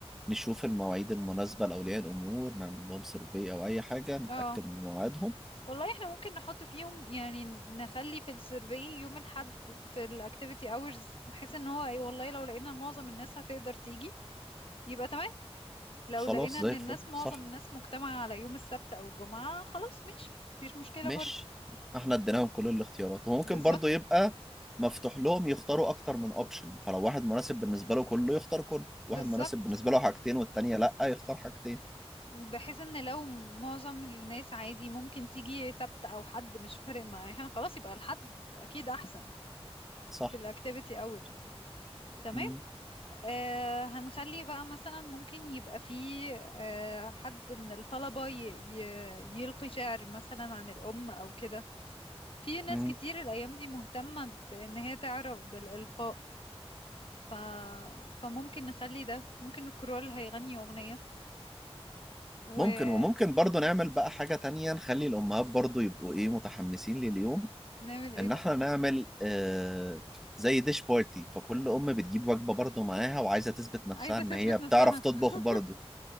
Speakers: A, in the centre; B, on the left.
A: نشوف المواعيد المناسبة لأولياء الأمور نعمل لهم سيرفي أو أي حاجة نتأكد
B: اه
A: من مواعيدهم
B: والله احنا ممكن نحط فيهم يعني نخلي في السيرفي يوم الحد في الاكتيفيتي اورز بحيث ان هو اي والله لو لقينا معظم الناس هتقدر تيجي يبقى تمام لو
A: خلاص
B: لقينا ان
A: زي الفل
B: الناس معظم
A: صح
B: الناس مجتمعة على يوم السبت او الجمعة خلاص ماشي مفيش مشكلة
A: ماشي
B: برضو
A: احنا اديناهم كل الاختيارات وممكن
B: بالظبط
A: برضه يبقى مفتوح لهم يختاروا أكتر من أوبشن فلو واحد مناسب بالنسبة له كله يختار كله واحد
B: بالظبط
A: مناسب بالنسبة له حاجتين والتانية لأ يختار حاجتين
B: بحيث ان لو معظم الناس عادي ممكن تيجي سبت او حد مش فارق معاها خلاص يبقى الحد اكيد احسن
A: صح
B: في الاكتيفيتي اور يعني تمام
A: مم.
B: آه هنخلي بقى مثلا ممكن يبقى فيه آه حد من الطلبة ي ي يلقي شعر مثلا عن الأم أو كده في ناس
A: مم.
B: كتير الأيام دي مهتمة بإن هي تعرف بالإلقاء ف... فممكن نخلي ده ممكن الكرول هيغني أغنية ونعمل
A: ممكن وممكن برضو نعمل بقى حاجة تانية نخلي الأمهات برضو يبقوا إيه متحمسين لليوم
B: ايه
A: إن
B: بقى
A: إحنا نعمل آه زي ديش بارتي فكل أم بتجيب وجبة برضو معاها وعايزة تثبت نفسها
B: عايزة
A: إن
B: تثبت
A: هي بتعرف
B: نفسها
A: تطبخ
B: <laughs>
A: برضو